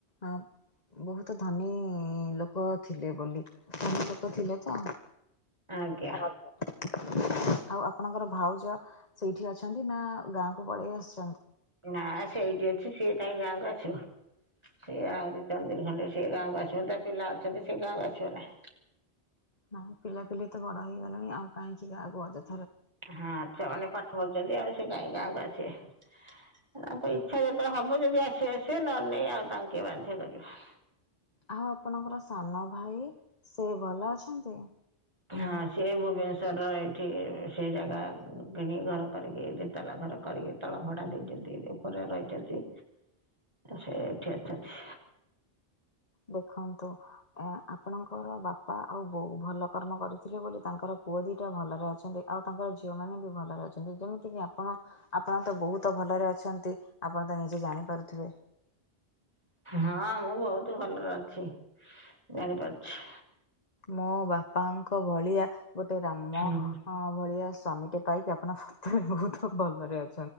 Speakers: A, on the left (about 40°); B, on the right (about 25°).
A: ଅ ବହୁତ ଧନୀ ଲୋକ ଥିଲେ ବୋଲି। ଧନୀ ଲୋକ ଥିଲେ ତ?
B: ଆଜ୍ଞା।
A: <unintelligible> ଆଉ ଆପଣଙ୍କର ଭାଉଜ ସେଇଠି ଅଛନ୍ତି ନା ଗାଁକୁ ପଳେଇ ଆସ
B: ନା ସେଇଠି ଅଛି ସିଏ କାହିଁ ଗାଁକୁ ଆସିବ। ସିଏ ଆହୁରି ଚନ୍ଦିରୀ ଖଣ୍ଡେ ସେ ଗାଁକୁ ଆସିବନି ତା ପିଲା ଅଛନ୍ତି ସେ ଗାଁକୁ ଆସିବନି।
A: ନାଇଁ ପିଲାପିଲି ତ ବଡ ହେଇଗଲେଣି ଆଉ କାହିଁକି ଗାଁକୁ ଆଦ
B: ହଁ ଛୁଆମାନେ ପାଠ ପଡୁଛନ୍ତି ଆଉ ସିଏ କାହିଁ ଗାଁକୁ ଆସିବେ।
A: <inaudible>
B: ତାଙ୍କ ଇଚ୍ଛା ଯେତେ ହବ ଯଦି ଆସେ ଆସିବେ ନ ନାଇ ଆଉ ତାଙ୍କୁ କିଏ ବାଧ୍ୟ କରିବା।
A: ଆଉ ଆପଣଙ୍କର ସାନ ଭାଇ ସେ ଭଲ ଅଛନ୍ତି?
B: ହଁ ସିଏ ଭୁବନେଶ୍ଵରର ଏଇଠି ସେ ଜାଗା କିଣିକ ଘର କରିକି ଦିତାଲା ଘର କରିକି ତଳ ଭଡା ଦେଇଛନ୍ତି ଉପରେ ରହିଛନ୍ତି। ସେଇଠି ଅଛନ୍ତି।
A: ଦେଖନ୍ତୁ ଏ ଆପଣଙ୍କର ବାପା ଆଉ ବୋଉ ଭଲ କର୍ମ କରିଥିଲେ ବୋଲି ତାଙ୍କର ପୁଅ ଦିଟା ଭଲରେ ଅଛନ୍ତି ଆଉ ତାଙ୍କର ଝିଅ ମାନେବି ଭଲରେ ଅଛନ୍ତି ଯେମିତିକି ଆପଣ ଆପଣ ତ ବହୁତ ଭଲରେ ଅଛନ୍ତି ଆପଣ ତ ନିଜେ ଜାଣି ପାରୁଥିବେ।
B: ହଁ ମୁଁ ବହୁତ ଭଲରେ ଅଛି ଜାଣିପାରୁଛି।
A: ମୋ ବାପାଙ୍କ ଭଳିଆ ଗୋଟେ ରାମ
B: ହଁ
A: ଅ ଭଳିଆ ସ୍ୱାମୀଟେ ପାଇକି ଆପଣ ସତରେ ବହୁତ ଭଲରେ ଅ।